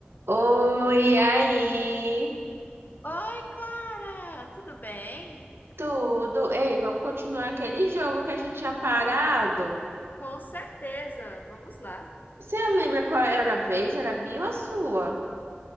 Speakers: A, on the right; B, on the left.
A: Oi, aí,
B: Oi, Clara! Tudo bem?
A: tudo? Ei, vamos continuar aquele jogo que a gente tinha parado?
B: Com certeza! Vamos lá.
A: Você lembra qual era a vez? Era a minha ou a sua?